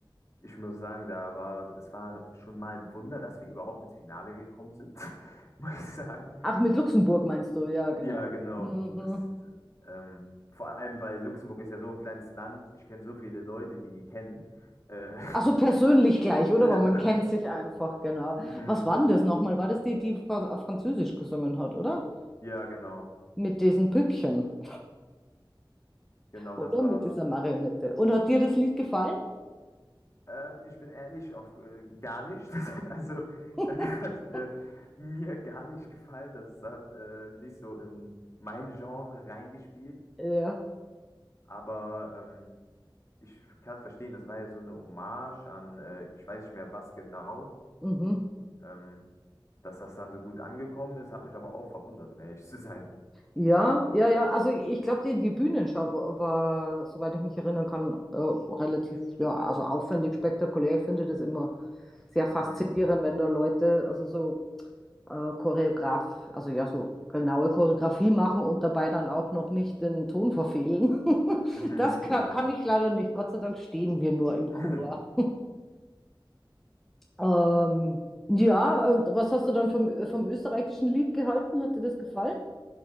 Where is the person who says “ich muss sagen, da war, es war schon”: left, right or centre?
Left